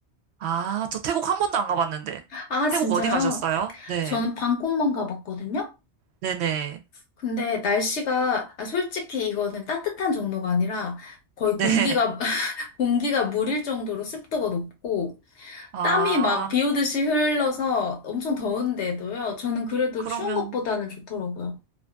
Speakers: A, on the right (about 70°); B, on the left (about 75°).
A: 아, 저 태국 한 번도 안 가봤는데.
B: 아,
A: 태국
B: 진짜요?
A: 어디 가셨어요? 네,
B: 저는 방콕만 가봤거든요?
A: 네네,
B: 근데 날씨가, 아, 솔직히 이거는 따뜻한 정도가 아니라 거의
A: 네.
B: 공기가,
A: <laughs>
B: <laughs> 공기가 물일 정도로 습도가 높고,
A: 아,
B: 땀이 막 비 오듯이 흘러서 엄청 더운데도요. 저는 그래도
A: 그러면
B: 추운 것보다는 좋더라고요.